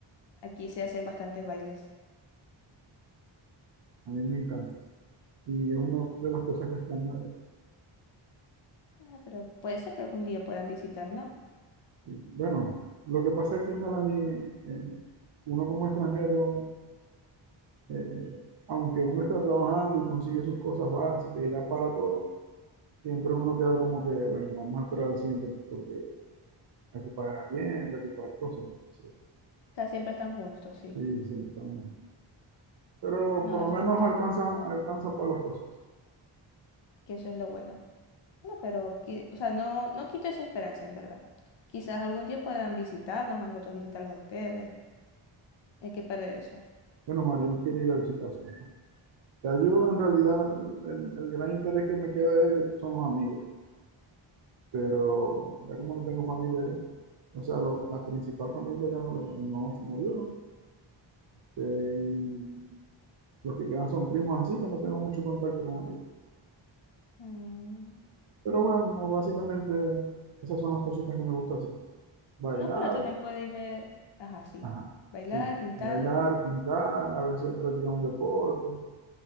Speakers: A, on the left; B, on the right.
A: Aquí se hacen bastantes bailes.
B: A mí me encanta. Y es una de las cosas que extraño
A: Ah, pero puede ser que algún día puedan visitar, ¿no? O
B: Bueno, lo que pasa es que Melanie, eh, uno como extranjero, eh, aunque uno está trabajando y consigue sus cosas básicas y da para todo, siempre uno queda como que, bueno, vamos a esperar al siguiente mes porque hay que pagar bien, hay que pagar cosas. Entonces,
A: sea, siempre están justos, sí.
B: sí, siempre está uno. Pero
A: No,
B: por lo
A: eso
B: menos
A: lo entiendo.
B: alcanza, alcanza para las cosas.
A: Que eso es lo bueno. No, pero, qui- o sea, no, no quito esa esperanza, en verdad. Quizás algún día puedan visitarnos o nosotros visitarlos a ustedes. Hay que perder eso.
B: Bueno, Marión quiere ir a visitar a su mamá. Ya yo en realidad el, el gran interés que me queda es- son los amigos, pero ya como no tengo familia allá. O sea, lo- la principal familia ya no lo tengo. Mi mamá se murió. eh, y los que quedan son primos así, que no tengo mucho contacto con ellos.
A: Mm,
B: Pero bueno, no, básicamente esas son las cositas que me gusta hacer. Bailar,
A: No, pero también podéis ver. Ajá, sí.
B: ajá,
A: Bailar,
B: sí.
A: pintar.
B: Bailar, pintar, a veces practicar un deporte.